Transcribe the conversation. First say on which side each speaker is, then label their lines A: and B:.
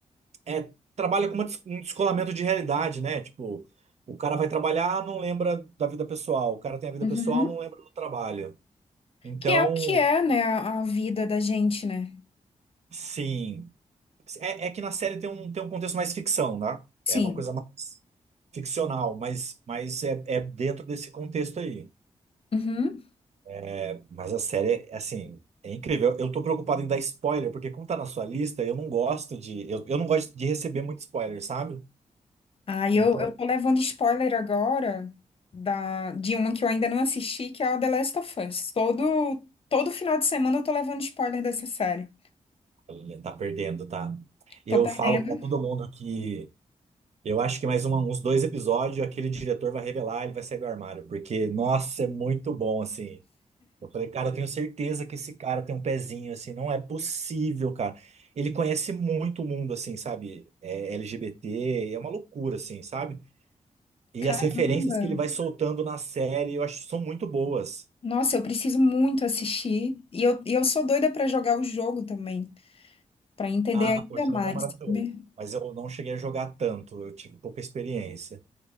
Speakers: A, on the right; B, on the left.
A: é, trabalha com uma des- um descolamento de realidade, né? Tipo, o cara vai trabalhar, não lembra da vida pessoal. O cara tem a vida
B: Uhum.
A: pessoal, não lembra do trabalho. Então,
B: Que é o que é, né, a, a vida da gente, né?
A: sim. É, é que na série tem um, tem um contexto mais ficção, né?
B: Sim.
A: É uma coisa mais ficcional, mas, mas é, é dentro desse contexto aí.
B: Uhum.
A: É, Mas a série, é, assim, é incrível. Eu tô preocupado em dar spoiler, porque como tá na sua lista, eu não gosto de. Eu, eu não gosto de receber muito spoiler, sabe?
B: Ah, e
A: Então,
B: eu, eu tô levando spoiler agora da, de uma que eu ainda não assisti, que é a The Last of Us. Todo, todo final de semana eu tô levando spoiler dessa série.
A: olha, tá perdendo, tá? Eu
B: Tô perdendo.
A: falo pra todo mundo que eu acho que mais um uns dois episódios aquele diretor vai revelar, ele vai sair do armário, porque, nossa, é muito bom, assim. Eu falei, cara, eu tenho certeza que esse cara tem um pezinho, assim, não é possível, cara. Ele conhece muito o mundo, assim, sabe? É LGBT, é uma loucura, assim, sabe? E
B: Caramba.
A: as referências que ele vai soltando na série, eu acho que são muito boas.
B: Nossa, eu preciso muito assistir. E eu, e eu sou doida pra jogar o jogo também, pra entender
A: Ah,
B: ainda
A: o jogo
B: mais,
A: é maravilhoso,
B: sabe?
A: mas eu não cheguei a jogar tanto, eu tive pouca experiência.